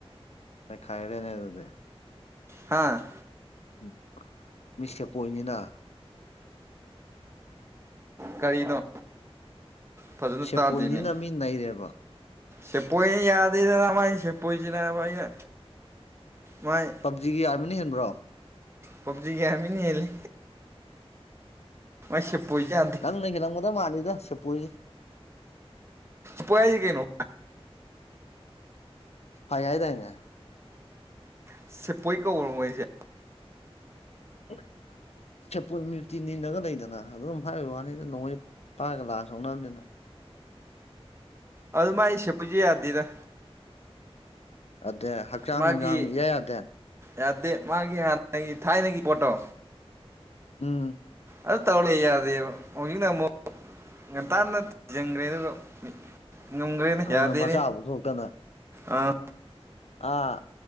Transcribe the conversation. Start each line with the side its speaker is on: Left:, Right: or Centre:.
Left: ꯅꯩꯈꯥꯢꯔꯦꯅꯦ ꯑꯗꯨꯗꯦ
Right: ꯍꯥꯥ
Left: ꯎꯝ ꯃꯤꯁꯦꯞ ꯄꯣꯏꯟꯅꯤꯅꯥ
Right: ꯀꯔꯤꯅꯣ ꯐꯖꯅ ꯇꯥꯗꯦꯅꯦ
Left: ꯁꯦꯄꯣꯏꯅꯤꯅ ꯃꯤ ꯅꯩꯔꯦꯕ
Right: ꯁꯦꯞꯄꯣꯢꯅ ꯌꯥꯗꯦꯗꯅ ꯃꯥꯢ ꯁꯦꯞꯄꯣꯢꯖꯤ ꯅꯥꯕ ꯑꯩꯅ ꯃꯥꯢ
Left: ꯄꯞꯖꯤꯒꯤ ꯑꯔꯃꯤꯅꯥ ꯍꯦꯟꯕ꯭ꯔꯣ
Right: ꯄꯞꯖꯤꯒꯤ ꯑꯥꯔꯃꯤꯅꯥ ꯍꯦꯂꯤ ꯃꯥꯌ ꯁꯦꯄꯣꯢꯖꯤ ꯌꯥꯗꯦ
Left: ꯅꯪꯅ ꯍꯦꯜꯂꯝꯒꯗ ꯃꯥꯜꯂꯤꯗ ꯁꯦꯄꯣꯢꯖꯦ
Right: ꯄꯣꯢ ꯍꯥꯢꯖꯤ ꯀꯩꯅꯣ
Left: ꯐꯩ ꯍꯥꯢ ꯗꯥꯢꯅꯦ
Right: ꯁꯦꯄꯣꯢ ꯀꯧꯕ꯭ꯔꯣ ꯃꯣꯢꯖꯦ
Left: <unintelligible> ꯁꯦꯞꯄꯣꯢ ꯃꯌꯨꯇꯤ ꯅꯤꯟꯅꯒ ꯂꯩꯗꯅ ꯑꯗꯨꯝ ꯍꯥꯢꯕꯩ ꯋꯥꯅꯤꯗ ꯅꯣꯡꯃꯩ ꯄꯥꯢꯔꯒ ꯂꯥꯟꯑ ꯁꯣꯛꯅꯕꯅꯤꯅ
Right: ꯑꯗꯨꯃꯥꯢ ꯁꯦꯄꯣꯢꯖꯤ ꯌꯥꯗꯦꯗ
Left: ꯑꯗꯦ ꯍꯛꯆꯥꯡ
Right: ꯃꯥꯒꯤ
Left: ꯅꯨꯡꯖꯥꯡ ꯏꯌꯥ ꯌꯥꯗꯦ
Right: ꯌꯥꯗꯦ ꯃꯥꯒꯤ ꯍꯥꯟꯅꯒꯤ ꯊꯥꯢꯅꯒꯤ ꯄꯣꯠꯇꯣ
Left: ꯎꯝ
Right: ꯑꯗꯨ ꯇꯧꯔ ꯂꯩ ꯌꯥꯗꯦꯕ ꯍꯧꯖꯤꯛꯅ ꯑꯃꯨꯛ ꯉꯟꯇꯥꯅ ꯊꯤꯖꯤꯟꯈ꯭ꯔꯦ ꯑꯗꯨꯒ ꯃꯤ ꯉꯝꯒ꯭ꯔꯦꯅꯦ
Left: ꯑꯗꯨꯅ
Right: ꯌꯥꯗꯦꯅꯦ
Left: ꯃꯆꯥꯕꯨ ꯊꯣꯛꯇꯅ
Right: ꯑꯥ
Left: ꯑꯥ